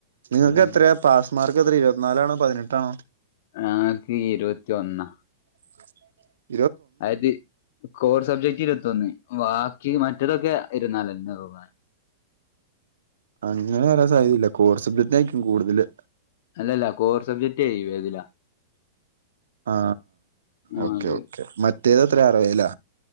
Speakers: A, on the right (about 90°); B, on the left (about 60°).
A: നിങ്ങൾക്ക്
B: ഉം
A: എത്രയാ പാസ് മാർക്ക് എത്ര ഇരുപത്തിനാലാണോ പതിനെട്ടാണോ
B: ഞങ്ങക്ക് ഇരുപത്തി ഒന്ന
A: <inaudible>
B: അയത് കോർ സബ്ജക്ട് ഇരുപത്തൊന്ന് ബാക്കി മറ്റതൊക്കെ ഇരുപതിന്നാലെന്നെതോന്ന്ണ
A: അങ്ങനെ വരാൻ സാധ്യതയില്ല കോർ സബ്ജക്ട് ആയിരിക്കും കൂടുതല്
B: അല്ലല്ല കോർ സബ്ജക്റ്റ് വേദിലാ
A: ആ
B: ഞങ്ങക്ക്
A: ഓക്കെ ഓക്കെ മറ്റേത് അത്ര അറവേല്ല